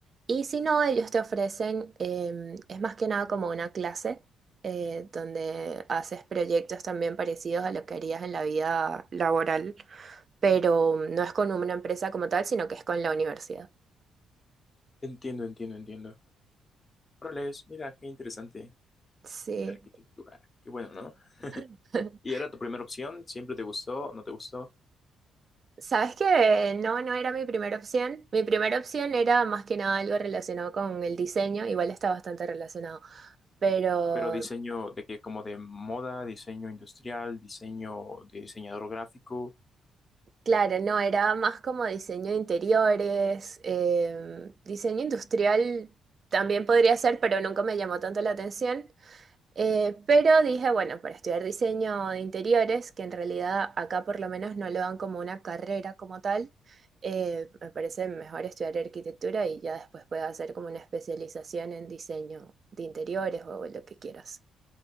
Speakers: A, on the right (about 45°); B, on the left (about 30°).
A: y si no, ellos te ofrecen, em, es más que nada como una clase eh, donde haces proyectos también parecidos a lo que harías en la vida laboral pero no es con una empresa como tal, sino que es con la universidad.
B: Entiendo, entiendo, entiendo. Órale, mira, qué interesante.
A: Sí.
B: Arquitectura. Qué bueno, ¿no?
A: <laughs>
B: ¿Y era tu primera opción? ¿Siempre te gustó? ¿No te gustó?
A: ¿Sabes qué? No, no era mi primera opción. Mi primera opción era más que nada algo relacionado con el diseño, igual está bastante relacionado, pero
B: Pero diseño de que como de moda, diseño industrial, diseño de diseñador gráfico.
A: claro, no, era más como diseño de interiores, eh, diseño industrial también podría ser, pero nunca me llamó tanto la atención. Eh, pero dije, bueno, para estudiar diseño de interiores, que en realidad acá por lo menos no lo dan como una carrera como tal, eh, me parece mejor estudiar arquitectura y ya después puedes hacer como una especialización en diseño de interiores o lo que quieras.